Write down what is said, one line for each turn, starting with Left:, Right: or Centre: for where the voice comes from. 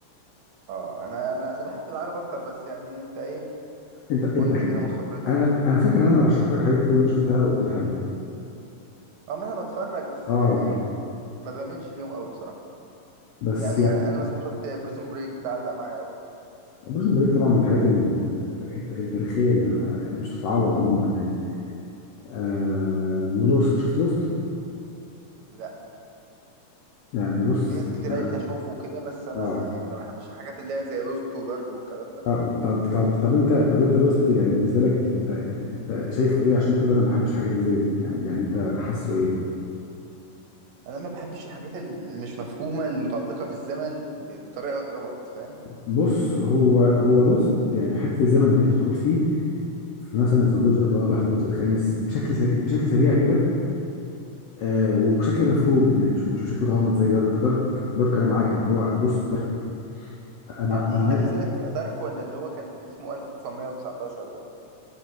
Right: اه انا انا انا بحب العرب اكتر بس يعني انت ايه
Left: انت
Right: قول
Left: انت اكيد
Right: لي كده من خبرتك
Left: انا انا فاكر ان انا رشحت لك حاجات كتير وانت شفتها وقلت لي حلو
Right: اه ما انا بتفرج بس
Left: اه
Right: يعني ما بعملش ليهم قوي بصراحة
Left: بس
Right: يعني
Left: يعني
Right: انا أنا مثلا شفت بريزون بريك ده علق معايا قوي
Left: بريزن بريك طبعا من الحاجات ال- الت- التاريخية اللي ما- اللي مش تتعوض عموما يعني آه ولوست شفت لوست
Right: لا
Left: يعني بص
Right: في ناس
Left: انت-
Right: كتير قالت لي اشوفه كده بس انا
Left: اه
Right: ما يعني ما بحبش الحاجات اللي هي زي لوست ودارك والكلام ده
Left: طب طب طب طب انت طب انت لوست يعني بالنسبة لك انت انت انت شايفه ايه عشان تقول انا ما بحبش الحاجات اللي زي دي يعني يعني انت حاسه ايه
Right: انا ما بحبش الحاجات اللي مش مفهومة اللي متعلقة بالزمن ب- بطريقة غلط فاهم
Left: بص هو هو لوست يعني حته الزمن دي تدخل فيه في مثلا في الجزء الرابع في الجزء الخامس بشكل سريع بشكل سريع كده آه وبشكل مفهوم يعني مش مش بشكل غامض زي دارك دارك دارك انا معاك اللي هو بص دارك انا
Right: يعني
Left: انا
Right: انت
Left: عايز
Right: بالنسبه لك دارك ولا اللي هو كان اسمه 1919 ده